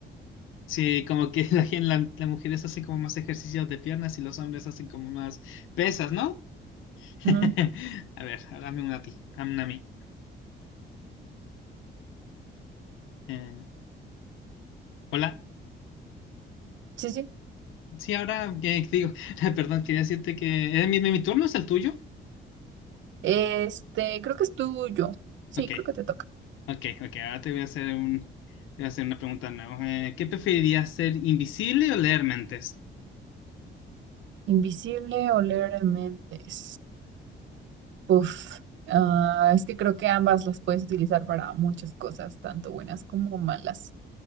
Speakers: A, on the left (about 85°); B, on the right (about 70°).
A: sí, como que <laughs> la, gen- la- las mujeres hacen como más ejercicios de piernas y los hombres hacen como más pesas, ¿no? <laughs>
B: Ujú,
A: A ver, ahora hazme una a ti, hazme una a mí. Eh, hola.
B: Sí, sí.
A: Sí, ahora que que digo, <laughs> perdón, quería decirte que eh, mi, mi- mi turno es el tuyo.
B: Este, creo que es tuyo. Sí,
A: Ok,
B: creo que te toca.
A: ok, ok. Ahora te voy a hacer un, te voy a hacer una pregunta nueva. Eh, ¿qué preferirías ser invisible o leer mentes?
B: Invisible o leer mentes. Uf. ah, es que creo que ambas las puedes utilizar para muchas cosas, tanto buenas como malas.